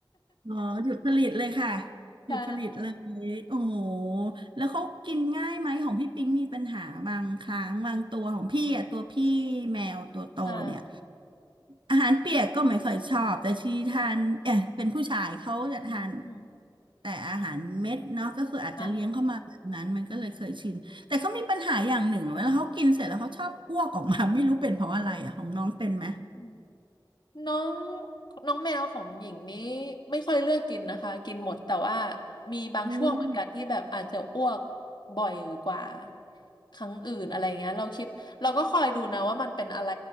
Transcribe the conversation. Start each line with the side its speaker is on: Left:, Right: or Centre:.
Right: อ๋อหยุดผลิตเลยค่ะหยุดผลิตเลยโอ้โห
Left: ใช่
Right: แล้วเขากินง่ายไหมของพี่ปิ๊งมีปัญหาบางครั้งบางตัวของพี่อ่ะตัวพี่แมวตัวโตเนี่ย
Left: ค่ะ
Right: อาหารเปียกก็ไม่ค่อยชอบแต่ชีทานเอ๊ะเป็นผู้ชายเขาจะทาน
Left: อืม
Right: แต่อาหารเม็ดเนาะก็คืออาจจะเลี้ยงเข้ามาแบบนั้นมันก็เลยเคยชินแต่เขามีปัญหาอย่างหนึ่งเวลาเขากินเสร็จแล้วเขาชอบอ้วกออกมาไม่รู้เป็นเพราะอะไรอ่ะของน้องเป็นไหม
Left: ค่ะ น้องน้องแมวของหญิงนี้ไม่ค่อยเลือกกินนะคะกินหมดแต่ว่ามีบางช่วงเหมือนกันที่แบบอาจจะอ้วก
Right: อืม
Left: บ่อยกว่าครั้งอื่นอะไรเงี้ยเราคิดเราก็คอยดูนะว่ามันเป็นอะไร